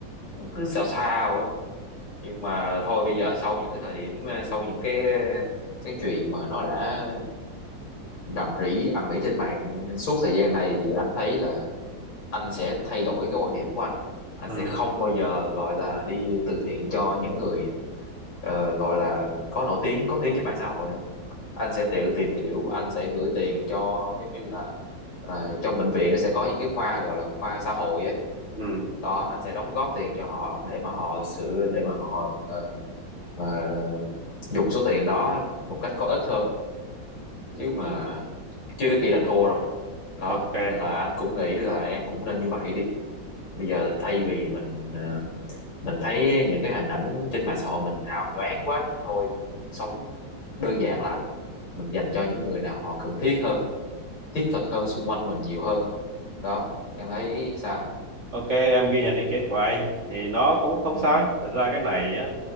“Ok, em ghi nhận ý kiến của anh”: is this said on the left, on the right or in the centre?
Right